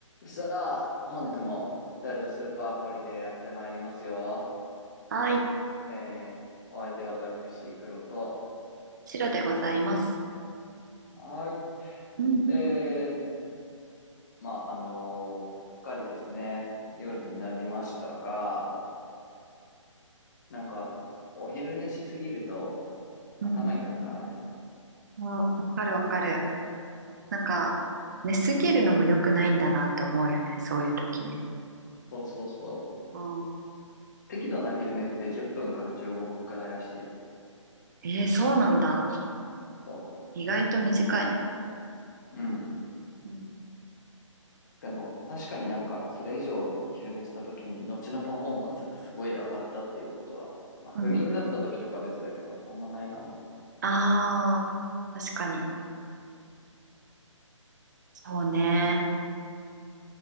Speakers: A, on the left; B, on the right.
A: さあ、本日もラジオスーパーホリデーやってまいりますよ。
B: はい、
A: えー、お相手私、黒と。
B: 白でございます。
A: はーい。
B: うん。
A: えー、まあ、あのーすっかりですね、夜になりましたが、なんか、お昼寝しすぎると
B: うん、
A: 頭痛くならない。
B: わわかるわかる。なんか、寝すぎるのも良くないんだなって思うよね、そういう時ね。
A: そうそうそう。
B: ああ、
A: 適度な昼寝って10分から15分くらいらしいよ。
B: えー、そうなんだ。
A: そ
B: 意外と短いね。
A: う。うん。
B: うん。
A: でも、確かになんか、それ以上昼寝した時に、後のパフォーマンスがすごい上がったっていうことは、まあ、
B: うん。
A: 不眠だった時とかは別だけど、あんまないかも
B: ああ、確かに。そうね。
A: ね。